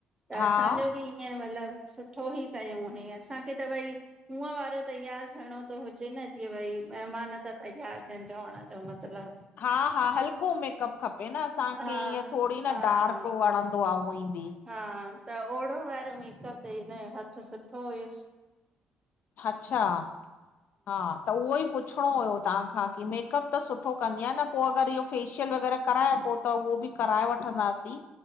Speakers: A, on the right; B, on the left.
A: त
B: हा
A: असांजो बि ईअं मतिलबु सुठो ई कयूं हुवई असांखे त भई हुंव वारो तयार थियणो थो हुजे न जीअं भई महिमान त तयार पहंझो <unintelligible> जो मतलब
B: हा, हा हलको मेकअप खपे न असांखे
A: हा
B: ईअं थोडी न
A: हा
B: डार्क
A: हा
B: वणं त ऊंआ ई बि
A: हा त ओॾो वारो मेकअप ते हिन हथ सुठो हुयसि।
B: अच्छा, हा त उहो ई पुछ पुछणो हुयो तव्हांखां की मेकअप त सुठो कंदी आह न पोइ अगरि इहो फेशियल वग़ैरह कराए पोइ त उहो बि कराए वठंदासीं।